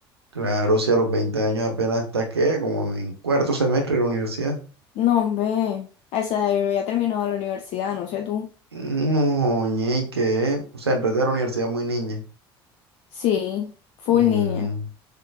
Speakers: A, on the right (about 90°); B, on the left (about 55°).
A: Claro, si a los 20 años apenas estás, ¿qué? Como en cuarto semestre de la universidad.
B: No, hombre. A esa edad yo ya he terminado la universidad, no sé tú.
A: No, ñe, ¿y ¿qué? O sea, entraste a la universidad muy niña.
B: Sí, full
A: Mm,
B: niña.